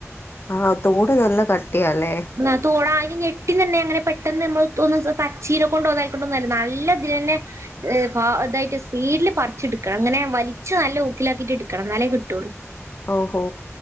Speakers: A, on the left; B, on the right.
A: ആഹ് തോട് നല്ല കട്ടിയാല്ലേ
B: നാ തോടാതിന് ഞെട്ടിന് തന്നെ അങ്ങനെ പെട്ടെന്ന് നമ്മള് തൊ ഒന്ന് പച്ചീനെ കൊണ്ട് ഒതായിക്കൊണ്ടന്നല്ല നല്ല ഇതിലന്നെ ഫ അതായിട്ട് സ്പീഡില് പറിച്ചെടുക്കണം അങ്ങനെ വലിച്ച് നല്ല ലാക്കിട്ട് എടുക്കണം എന്നാലെ കിട്ടുള്ളു
A: ഓഹോ